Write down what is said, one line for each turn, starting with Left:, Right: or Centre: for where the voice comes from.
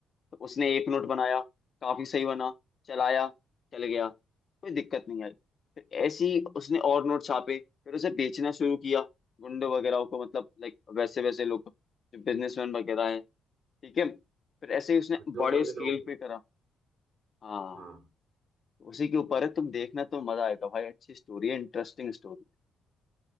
Left: तो उसने एक नोट बनाया काफी सही बना चलाया चल गया कोई दिक्कत नहीं आई फिर ऐसे ही उसने और नोट छापे फिर उसे बेचना शुरू किया गुंडे वगैरह को मतलब लाइक वैसे वैसे लोग जो बिजनेसमैन वगैरह हैं ठीक है फिर ऐसे ही उसने
Right: हम्म,
Left: बड़े
Right: जो बड़े
Left: स्केल
Right: बिल्कुल लोग हैं
Left: पे करा हाँ
Right: हाँ
Left: उसी के ऊपर है तुम देखना तो मजा आएगा भाई अच्छी स्टोरी है इंटरेस्टिंग स्टोरी